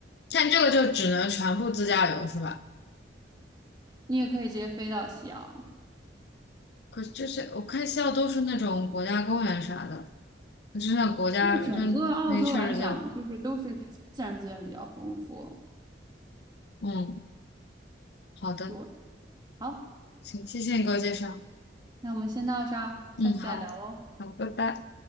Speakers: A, on the left (about 65°); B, on the right (about 20°).
A: 但这个就只能全部自驾游是吧？
B: 你也可以直接飞到西澳，
A: 可是这些我看西澳都是那种国家公园啥的，就像国家就那确实
B: 因为整个澳洲来讲，
A: u
B: 就是都是自然资源比较丰富。
A: 嗯，好的，
B: 对，好，
A: 行，谢谢你给我介绍。
B: 那我们先到这儿，下次再聊喽，
A: 嗯，好，好，拜拜。